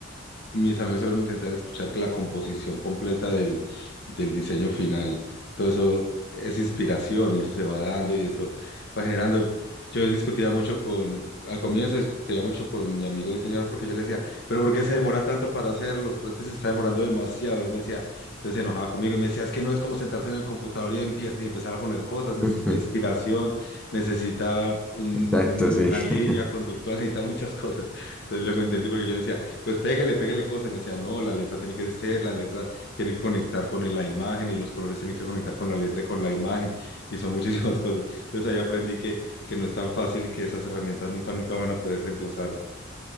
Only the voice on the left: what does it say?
mis amigos siempre me intentan escuchar que la composición completa del, del diseño final, todo eso es inspiración y eso se va dando y eso va generando. Yo discutía mucho con, al comienzo discutía mucho con mi amigo diseñador porque yo le decía, pero ¿por qué se demora tanto para hacerlo? Pero es que se está demorando demasiado. Y me decía, entonces se enojaba conmigo y me decía, es que no es como sentarse en el computador y, empie- y empezar a poner cosas, necesita
inspiración, necesita un-
un-
una línea
conductual, <laughs> necesita muchas cosas. Entonces luego entendí porque yo decía, pues pégale, pégale cosas. Y me decía, no, la letra tiene que ser, la letra tiene que conectar con el- la imagen y los colores tienen que conectar con la letra y con la imagen. Y son <laughs> muchísimas cosas. Entonces ahí aprendí que, que no es tan fácil y que esas herramientas nunca, nunca van a poder reemplazar,